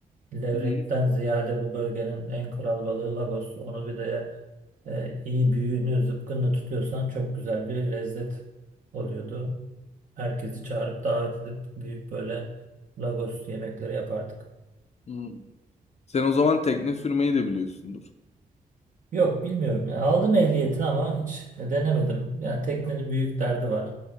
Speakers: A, on the right; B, on the left.
A: Levrek'ten
B: Hı hı.
A: ziyade bu bölgenin en kral balığı Lagos. Onu bir de e, iyi büyüğünü zıpkınla tutuyorsan çok güzel bir lezzet oluyordu. Herkesi çağırıp davet edip büyük böyle Lagos yemekleri yapardık.
B: Hı. Sen o zaman tekne sürmeyi de biliyorsundur.
A: Yok bilmiyorum ya. Aldım ehliyetini ama hiç denemedim. Yani teknenin büyük derdi var.